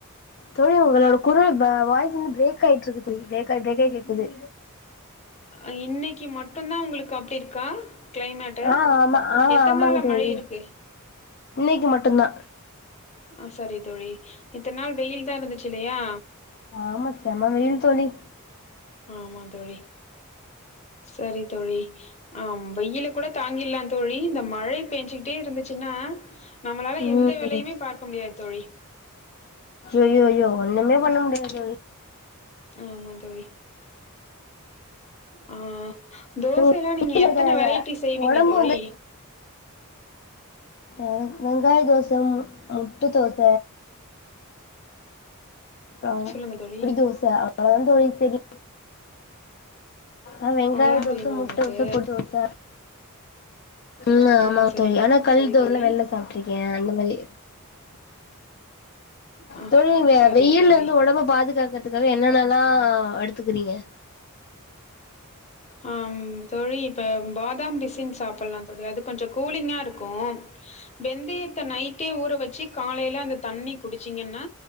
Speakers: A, on the left (about 50°); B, on the left (about 30°).
A: தோழி உங்களோட குரல் வா வாய்ஸ் வந்து பிரேக் ஆயிட்டு இருக்கு தோழி பிரேக் ஆயி பிரேக் ஆயி கேக்குது
B: அ இன்னைக்கி மட் டுந்தா உங்களுக்கு அப்டி இருக்கா கிளைமேட்
A: ஆ ஆமா ஆ
B: எத்தன்நாளா
A: ஆமாங்க தோழி
B: மழை இருக்கு
A: இன்னைக்கு மட்டுந்தா
B: ஆ சரி தோழி இத்தன நாள் வெயில்தா இருந்துச்சு இல்லையா
A: ஆமா செம வெயில் தோழி
B: ஆமா தோழி சரி தோழி ஆ வெயில கூட தங்கிட்லா தோழி இந்த மழை பேஞ்சுக்கிட்டே இருந்து ச்சினா நம்மளால
A: ம்
B: எந்த வேலையுமே பாக்க முடியாது தோழி
A: ஐய்யோயோ ஒன்னுமே பண்ண முடியாது தோழி
B: ஆமா தோழி ஆஹ் தோசையல்லா
A: தோழி
B: நீங்க எத்தன வெரைட்டி செய்வீங்க
A: ஒடம்பு
B: தோழி
A: வந்து ஏ வெங்காய தோச மு முட்ட தோச அ
B: சொல்லுங்க தோழி
A: புடி தோச அவ்ளோதா தோழி தெரியு ஆஹ் வெங்காய
B: அவ்ளோதா
A: தோச
B: தெரியுமா
A: முட்ட
B: உங்களுக்கு
A: தோச பொடி தோச உம் ஆமா
B: ஆ சரி
A: தோழி
B: தோ
A: ஆனா கல்
B: சரி
A: தோச
B: தோழி
A: வெள்ல சாப்ட்ருக்கே அந்த மாரி
B: ஆ
A: தோழி இந்த
B: சரி
A: வெயில்லருந்து
B: தோழி
A: ஒடம்ப பாதுகாக்கறதுக்காக என்னன்னலா ல்லா எடுத்துக்குறீங்க
B: ஆம் தோழி இப்ப பாதாம் பிசின் சாப்பல்லா தோழி அது கொஞ்சோ கூலிங்காருக்கு வெந்தயத்தை நைட்டே ஊற வச்சு காலையில அந் தண்ணி குடிச்சிங்கன்னா